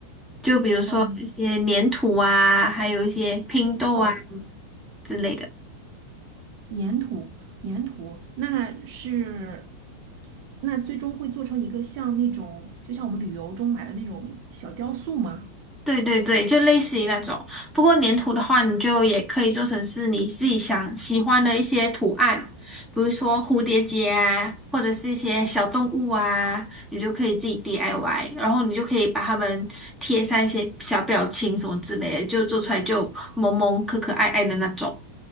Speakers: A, in the centre; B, on the right.
A: 就比如说一些粘土啊，
B: 哦
A: 还有一些拼豆啊
B: 哦，
A: 之类的。
B: 粘土，粘土，那是，那最终会做成一个像那种，就像我们旅游中买的那种小雕塑吗？
A: 对对对，就类似于那种。不过粘土的话，你就也可以做成是你自己想喜欢的一些图案，比如说蝴蝶结啊，或者是一些小动物啊，你就可以自己 DIY，然后你就可以把它们贴上一些小表情什么之类的，就做出来就萌萌可可爱爱的那种。